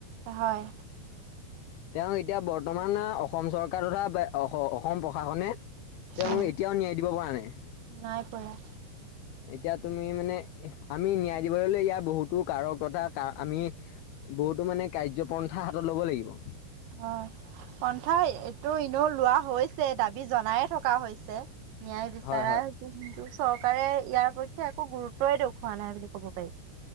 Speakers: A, on the right (about 85°); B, on the left (about 75°).
A: হয়।
B: তেওঁ এতিয়া বৰ্তমান অসম চৰকাৰ তথা অসম প্ৰশাসনে তেওঁ
A: উম
B: এতিয়াও ন্যায় দিব পৰা নাই।
A: নাই পৰা।
B: এতিয়া তুমি মানে আমি ন্যায় দিবলে হলে, ইয়াৰ বহুতো কাৰক তথা আমি বহুতো মানে কাৰ্যপন্থা হাতত ল'ব লাগিব।
A: অ'। পন্থা এইটো এনেও লোৱা হৈছে, দাবী জনাই থকা হৈছে। ন্যায় বিচাৰাৰ
B: হয় হয়
A: চৰকাৰে ইয়াৰ পক্ষে একো গুৰুত্বই দেখুওৱা নাই বুলি ক'ব পাৰি,